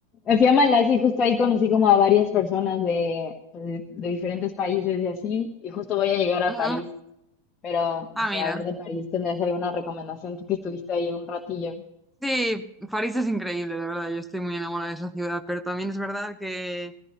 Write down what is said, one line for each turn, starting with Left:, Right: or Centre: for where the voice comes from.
Left: me fui a Malasia y justo ahí conocí como a varias personas de, pues, de, de diferentes países y así, y justo voy a llegar a
Centre: Ujú.
Left: París, pero no
Centre: Ah,
Left: sé,
Centre: mira.
Left: a ver de París, ¿tendrás alguna recomendación tú que estuviste ahí un ratillo?
Centre: Sí, París es increíble, la verdad. Yo estoy muy enamorada de esa ciudad, pero también es verdad que